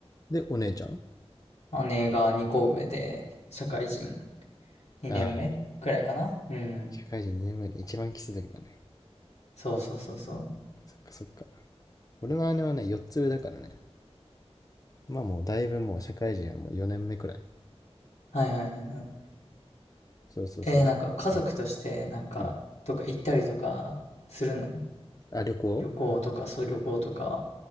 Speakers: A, on the left; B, on the left.
A: で、お姉ちゃん
B: 姉が二個上で、社会人二年目くらいかな。
A: ああー、
B: うん。
A: 社会人2年目で一番キスだけだね。
B: そうそうそうそう。
A: そっかそっか。俺の姉はね、4つ上だからね。まあもうだいぶもう社会人はもう4年目くらい。
B: はいはいはいはい。
A: そうそうそう。
B: えー、
A: だうん
B: なんか家族として、なんか、
A: うん。
B: とか行ったりとかするの
A: あ、旅行
B: 旅行とか、そう旅行とか。